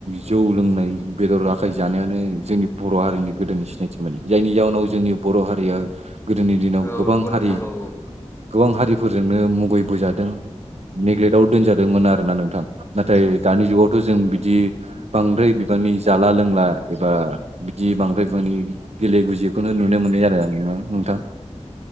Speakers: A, on the right; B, on the left.
A: जौ लोंनाय बेदर आखाइ जानायानो जोंनि बर' हारिनि गोदोनि सिनायथि। थि माने जायनि जाहोनाव जोंनि बर' हारिया गोदोनि दिनाव
B: औ
A: गोबां
B: औ नंगौ
A: हारि
B: नोंथां औ
A: गोबां हारिफोरजोंनो मुगैबोजादों नेग्लेटआव दोनजादोंमोन आरोना नोंथां। नाथाय दानि जुगावथ' जों बिदि बांद्राय बिबांनि जाला लोंला एबा बिदि बांद्राय बिबांनि गेले गुजिखौनो नुनो मोनो आरो आं ना नोंथां।